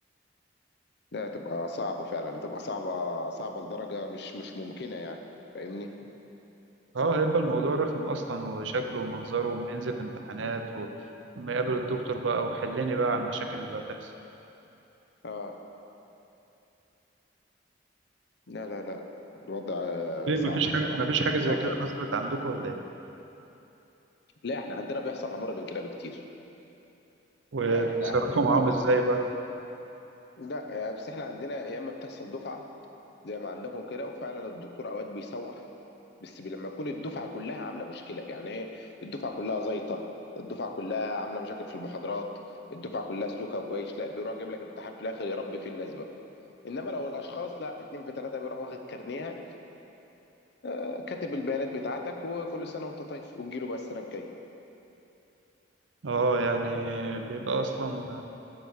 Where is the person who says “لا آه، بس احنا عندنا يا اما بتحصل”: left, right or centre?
Left